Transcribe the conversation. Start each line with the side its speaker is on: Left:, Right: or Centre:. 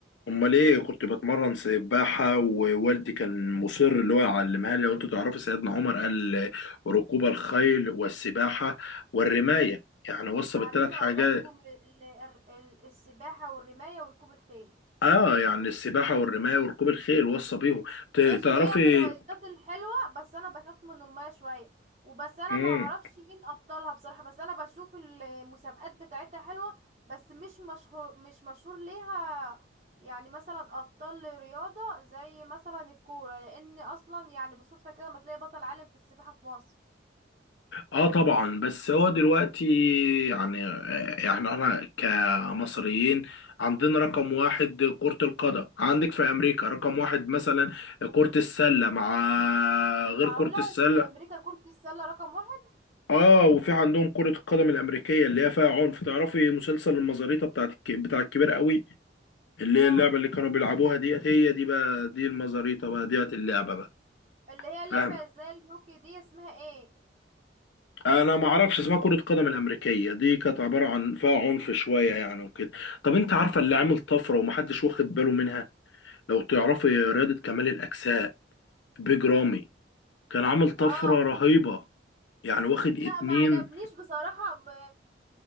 Left: أمال إيه كنت بتمرن سباحة ووالدي كان مصر اللي هو يعلمها لي لو أنتوا تعرفوا سيدنا عمر قال ركوب الخيل والسباحة والرماية يعني وصى
Right: علموا
Left: بالثلاث حاجات
Right: اولادكم ال... ال... السباحة والرماية وركوب الخيل
Left: اه يعني السباحه والرمايه وركوب الخيل وصى بيهم ت-
Right: ماشي
Left: تعرفي
Right: هي من الرايدات الحلوة بس انا بخاف من المية شوية وبس انا
Left: مم.
Right: ما اعرفش مين ابطالها بصراحة بس انا بشوف المسابقات بتاعتها حلوة بس مش مشهور مش مشهور ليها يعني مثلا ابطال رياضة زي مثلا الكورة لان اصلا يعني بالصدفة كده ما تلاقي بطل عالم في السباحة في مصر
Left: اه طبعا بس هو دلوقتي يعني آه، يعني انا كمصريين عندنا رقم واحد كرة القدم عندك في امريكا رقم واحد مثلا كرة السلة مع غير
Right: معقولة
Left: كرة السلة
Right: س- امريكا كرة السلة رقم واحد
Left: اه وفي عندهم كرة القدم الامريكية اللي هي فيها عنف تعرفي مسلسل المزاريطة بتاعت الك- بتاع الكبير قوي اللي
Right: اه
Left: هي اللعبة اللي كانوا بيلعبوها ديت هي دي بقى دي المزاريطة بقى ديت اللعبة بقى
Right: اللي هي
Left: فاهم
Right: لعبة زي الهوكي دي اسمها ايه
Left: انا ما اعرفش اسمها كرة قدم الامريكية دي كانت عبارة عن فيها عنف شوية يعني وكده طب انت عارفة اللي عامل طفرة ومحدش واخد باله منها لو تعرفي رياضة كمال الاجساء بيج رامي كان عامل طفرة
Right: اه
Left: رهيبة يعني واخد
Right: لا
Left: اتنين
Right: ما عجبنيش بصراحة ب...